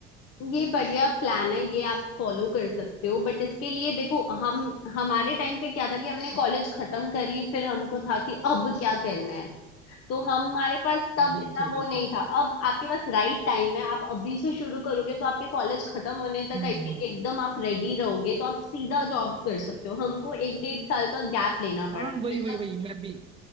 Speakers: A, on the left; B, on the right.
A: ये बढ़िया प्लान है ये आप फॉलो कर सकते हो बट इसके लिए देखो हम हमारे टाइम पे क्या था कि हमने कॉलेज खत्म कर ली फिर हमको था कि अब क्या करना है तो हमारे पास तब
B: बिल्कुल
A: इतना वो
B: बिल्कुल
A: नहीं था अब आपके पास राइट टाइम है आप अभी से शुरू करोगे तो आपके कॉलेज खत्म होने तक
B: हम्म
A: आई
B: हम्म
A: थिंक
B: हम्म।
A: एकदम आप रेडी रहोगे तो आप सीधा जॉब कर सकते हो हमको एक डेढ़ साल का गैप लेना
B: हाँ
A: पड़ा
B: वही
A: बिकॉज
B: वही वही मैं भी